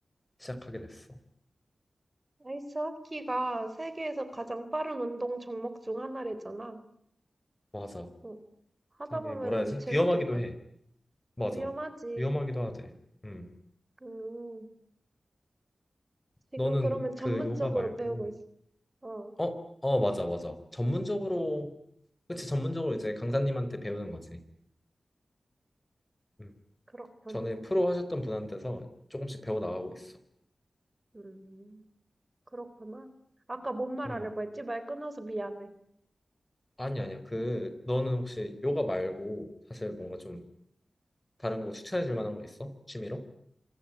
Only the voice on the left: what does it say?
시작하게 됐어.
맞아.
되게,
뭐라 해야지?
위험하기도 해. 맞아.
위험하기도 하대. 음.
너는
그 요가 말고,
어, 어, 맞아, 맞아. 전문적으로, 그치, 전문적으로 이제 강사님한테 배우는 거지. 음.
전에 프로 하셨던 분한테서 조금씩 배워 나가고 있어.
음.
아니, 아니야. 그, 너는 혹시 요가 말고 사실 뭔가 좀 다른 거 추천해 줄 만한 거 있어? 취미로?